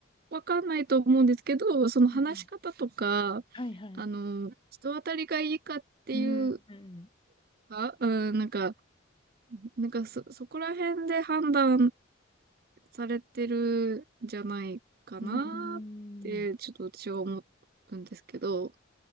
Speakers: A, on the right; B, on the left.
A: わかんないと思うんですけど、その話し方とか、
B: うん。はいはい。
A: あの、人当たりがいいかっていう
B: うん、うん。
A: か、うん、なんか、なんかそ、そこら辺で判断されてるんじゃないかなって、
B: うん。
A: ちょっと私は思うんですけど、